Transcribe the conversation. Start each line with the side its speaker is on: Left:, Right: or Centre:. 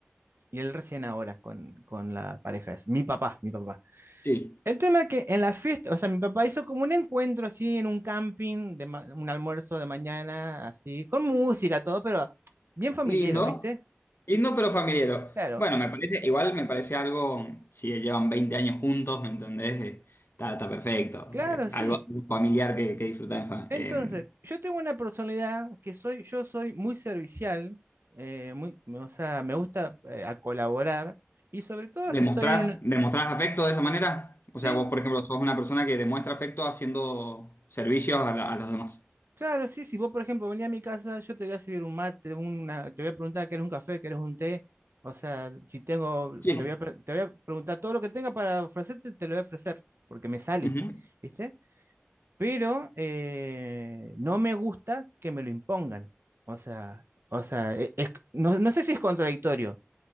Right: y él recién ahora con, con la pareja, es mi papá, mi papá.
Left: Sí.
Right: El tema es que en la fiesta, o sea, mi papá hizo como un encuentro así en un camping, de ma- un almuerzo de mañana, así, con música, todo, pero bien familiar,
Left: Lindo,
Right: ¿viste?
Left: lindo pero familiar.
Right: Claro,
Left: Bueno, me parece, igual me parece algo, si llevan 20 años juntos, ¿me entendés? Eh, está, está perfecto.
Right: Claro,
Left: Eh,
Right: sí.
Left: algo algo familiar que, que disfrutás en fa-
Right: Entonces,
Left: eh,
Right: yo tengo una personalidad que soy, yo soy muy servicial, eh, muy, me- o sea, me gusta eh, a colaborar y sobre todo
Left: ¿demostrás,
Right: si estoy en una...
Left: demostrás afecto de esa manera? O
Right: Sí,
Left: sea, vos, por ejemplo, sos una persona que demuestra afecto haciendo servicios a, la- a los demás.
Right: claro, sí, si vos, por ejemplo, venís a mi casa, yo te voy a servir un mate, una, te voy a preguntar, qué eres un café, qué eres un té? O sea, si tengo,
Left: Sí.
Right: te voy a, pre- te voy a preguntar todo lo que tenga para ofrecerte, te lo voy a ofrecer, porque me sale,
Left: Ujú.
Right: ¿viste? pero eh, no me gusta que me lo impongan. O sea, o sea, e- es- no, no sé si es contradictorio,